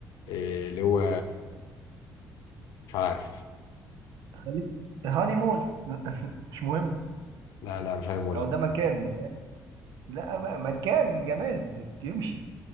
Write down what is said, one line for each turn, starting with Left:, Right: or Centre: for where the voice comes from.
Left: آه، اللي هو مش عارف
Right: خليك هاني مول <laughs> مش مهم
Left: لا لا مش عارف
Right: هو ده مكان لا بقى مكان جماد يمشي